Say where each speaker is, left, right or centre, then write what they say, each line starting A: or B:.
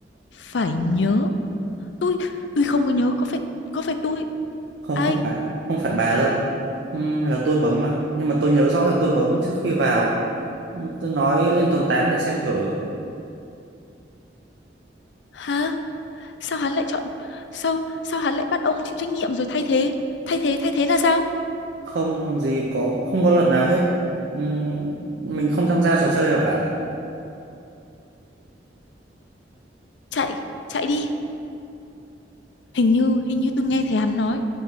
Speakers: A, on the left; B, on the right.
A: phải nhớ tôi tôi không có nhớ có phải có phải tôi
B: không
A: ai
B: không phải không phải bà đâu ừ, là tôi bấm mà nhưng mà tôi nhớ rõ là tôi bấm trước khi vào Ừ, tôi nói lên tầng 8 để xem thử
A: hả sao hắn lại chọn sao sao hắn lại bắt ông chịu trách nhiệm rồi thay thế thay thế thay thế là sao
B: không làm gì có không có luật nào hết ừ, mình không tham gia trò chơi nào cả
A: chạy chạy đi hình như hình như tôi nghe thấy hắn nói